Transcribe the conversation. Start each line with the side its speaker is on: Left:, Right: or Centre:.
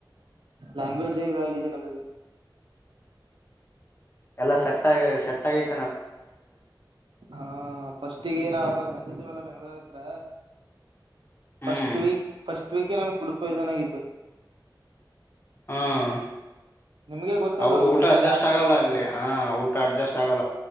Right: ಲ್ಯಾಂಗ್ವೇಜ್ ಇದಾಗಿದೆ ನಮಗೆ
Left: ಎಲ್ಲಾ ಸೆಟ್ ಆಗಿ ಸೆಟ್ ಆಗೈತಿ
Right: ಹಾ ಫಸ್ಟಿಗೆ ನಾನು ಬೆಂಗಳೂರ್ ಹತ್ರ
Left: ಹ್ಮ್
Right: ಫಸ್ಟ್ ವೀಕ್ ಫಸ್ಟ್ ವೀಕ್ ಹೇ ನನಗೆ ಫುಡ್ ಪಾಯಿಸನ್ ಆಗಿತ್ತು
Left: ಹ್ಮ್
Right: ನಿಮ್ಗೆ ಗೊತ್ತಲ್ವ
Left: ಹೌದು
Right: ಊಟ
Left: ಅಡ್ಜಸ್ಟ್
Right: ಯಾವತರ
Left: ಆಗಲ್ಲ
Right: ಇರುತ್ತೆ
Left: ಅಲ್ಲಿ ಹ ಊಟ ಅಡ್ಜಸ್ಟ್ ಆಗಲ್ಲ